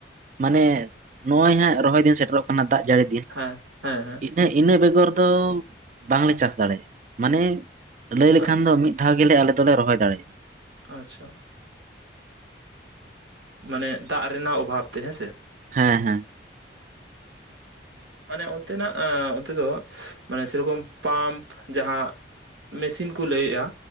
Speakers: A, on the right (about 40°); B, on the right (about 75°).
A: ᱢᱟᱱᱮ ᱱᱚᱜ ᱚᱭ ᱦᱟᱸᱜ ᱨᱚᱦᱚᱭ ᱫᱤᱱ ᱥᱮᱴᱮᱨᱚᱜ ᱠᱟᱱᱟ ᱫᱟᱜ ᱡᱟᱹᱲᱤ
B: ᱦᱮᱸ ᱦᱮᱸ ᱦᱮᱸ
A: ᱦᱮᱸ ᱤᱱᱟᱹ ᱵᱮᱜᱚᱨ ᱫᱚ ᱵᱟᱝᱞᱮ ᱪᱟᱥ ᱫᱟᱲᱮᱭᱟᱜ-ᱟ ᱢᱟᱱᱮ ᱞᱟᱹᱭ ᱞᱮᱠᱷᱟᱱ
B: ᱟᱪᱪᱷᱟ
A: ᱫᱚ ᱢᱤᱫ ᱴᱷᱟᱣ ᱜᱮᱞᱮ ᱟᱞᱮ ᱫᱚ ᱞᱮ ᱨᱚᱦᱚᱭ ᱫᱟᱲᱭᱟᱜ-ᱟ᱾
B: ᱟᱪᱷᱟ ᱢᱟᱱᱮ ᱫᱟᱜ ᱨᱮᱱᱟᱜ ᱚᱵᱷᱟᱵᱽ ᱛᱮ ᱦᱮᱸ ᱥᱮ
A: ᱦᱮᱸ ᱦᱮᱸ
B: ᱢᱟᱱᱮ ᱚᱱᱛᱮᱱᱟᱜ ᱚᱱᱛᱮ ᱫᱚ ᱢᱟᱱᱮ ᱥᱮᱨᱚᱠᱚᱢ ᱯᱟᱢᱯ ᱡᱟᱦᱟᱸ ᱢᱮᱥᱤᱱ ᱠᱚ ᱞᱟᱹᱭᱮ-ᱟ